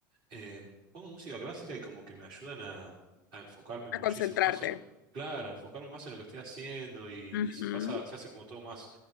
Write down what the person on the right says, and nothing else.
eh, pongo música clásica y como que me ayudan a, a enfocarme muchísimo
más en lo, claro, a enfocarme más en lo que estoy haciendo y,
y se pasa, se hace como todo más,